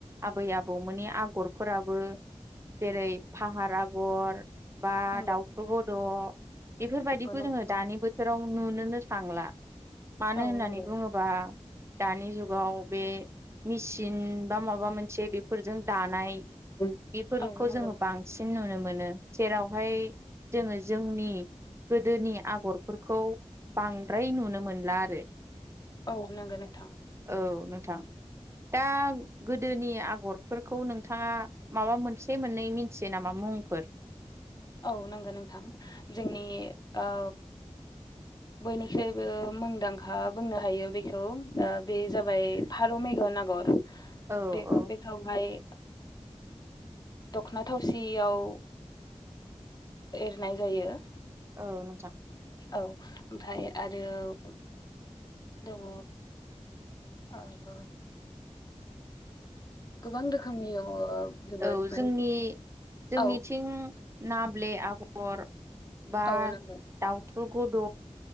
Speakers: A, on the right; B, on the left.
A: आबै आबौमोननि आगरफोराबो जेरै फाहार आगर बा
B: नंगौ
A: दाउथु
B: नोंथां औ नंगौ
A: बद' बेफोरबायदिखौ
B: नंगौ नोंथां।
A: जोंङो दानि बोथोराव नुनोनो थांला मानो
B: औ
A: होननानै
B: नंगौ
A: बुंङोबा दानि जुगाव बे मेचिन बा माबा मोनसे बेफोरजों दानाय
B: औ
A: बेफोरखौ
B: नंगौ
A: जोंङो बांसिन नुनो मोनो जेरावहाय जोंङो जोंनि गोदोनि आगरफोरखौ बांद्राय नुनो मोनला आरो
B: औ नंगौ नोंथां
A: औ नोंथां दा गोदोनि आगरफोरखौ नोंथांङा माबा मोनसे मोननै मिथियो नामा मुंफोर
B: औ नांगौ नोंथां जोंनि औ बयनिख्रुइबो मुंदांखा बुंनो हायो बेखौ बे जाबाय फारौ मेगन नागर
A: औ
B: बेखौहाय
A: औ
B: दख'ना थावसियाव एरनाय जायो
A: औ नोंथां
B: औ ओमफ्राय आरो दङ आरो गोबां रोखोमनि जोबोद
A: औ
B: माने
A: जोंनि जोंनिथिं
B: औ
A: नाब्ले आगर बा
B: औ नंगौ
A: दाउथु गुद'